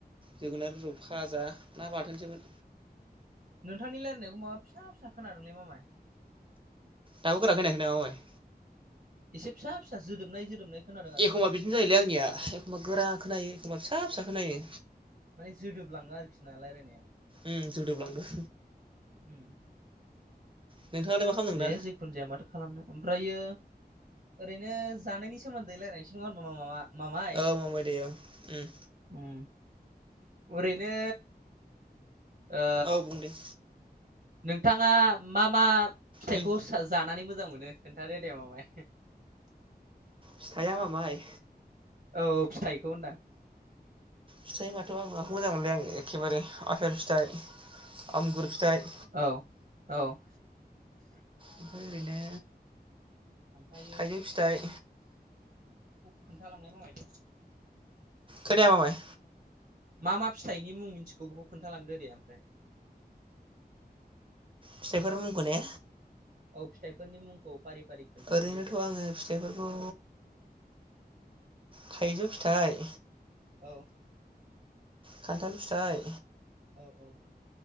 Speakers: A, on the right; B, on the right.
A: जोगोनार बिजौ भाजा हा माथो जानो।
B: नोंथांनि रायलायनायखौ माबा फिसा फिसा खोनादोंलै मामाय।
A: दाबो गोरा खोनायाखै नामा मायथाय?
B: एसे फिसा फिसा जोदोबनाय जोदोबनाय खोनादों आरोखि
A: एखमबा
B: ना
A: बिदिनो जायोलै आंनिया एखमबा गोरा खोनायो एखमबा
B: औ
A: फिसा फिसा खोनायो।
B: माने जोदोब लाङो आरोखि ना रायलायनाया।
A: ए जोदोबलांदों।
B: उम
A: नोंथाङालाय मा खालामदों
B: दे
A: दा?
B: जिखुनु जाया माथो खालामनो ओमफ्रायो ओरैनो जानायनि सोमोन्दै रायजलायनोसै नङा होनबा मामा मामाय
A: औ मामाय दे औ उम
B: उम ओरैनो ओ
A: औ बुंदो।
B: नोंथाङा मा मा फिथाइखौ
A: उम
B: जानानै मोजां मोनो खोन्थादो दे मामाय। <inaudible>
A: फिथाइया मामाय
B: औ फिथाइखौ होनदां
A: फिथाइबाथ' बिराद मोजां मोनलै आं एखेबारे आफेल फिथाइ आंगुर फिथाइ
B: औ औ।
A: ओमफ्राय ओरैनो
B: ओमफ्रायो
A: थाइजौ फिथाइ
B: खोन्थालांनाय माबाय दे।
A: खोनाया मामाय
B: मा मा फिथाइनि मुं मिन्थिगौ बेखौ खोन्थालांदो दे ओमफ्राय
A: फिथाइफोनि मुंखौ ना।
B: औ फिथाइफोरनि मुंखौ फारि फारि खोन्थालांदो
A: ओरैनोथ'
B: दे
A: आङो फिथाइफोरखौ थाइजौ फिथाइ
B: औ
A: खान्थाल फिथाइ
B: औ औ